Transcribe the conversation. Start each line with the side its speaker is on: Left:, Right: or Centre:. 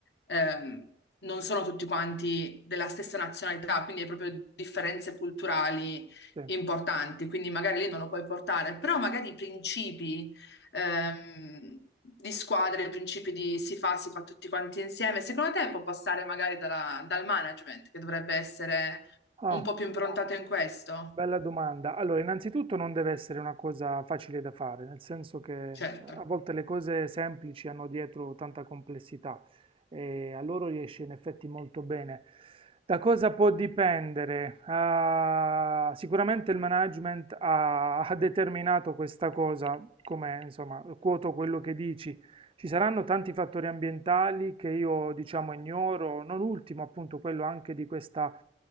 Left: ehm, non sono tutti quanti della stessa nazionalità, quindi hai proprio differenze culturali
Right: sì.
Left: importanti, quindi magari lì non lo puoi portare, però magari i principi, ehm, di squadre, i principi di si fa, si fa tutti quanti insieme, secondo te può passare magari dalla- dal management, che dovrebbe essere
Right: Ah.
Left: un po' più improntato in questo?
Right: Bella domanda. Allora, innanzitutto non deve essere una cosa facile da fare, nel senso che
Left: Certo,
Right: a volte le cose semplici hanno dietro tanta complessità e a loro riesce in effetti molto bene. Da cosa può dipendere? Ah, sicuramente il management ha, ha determinato questa cosa, come insomma, quoto quello che dici. Ci saranno tanti fattori ambientali che io diciamo ignoro, non ultimo appunto quello anche di questa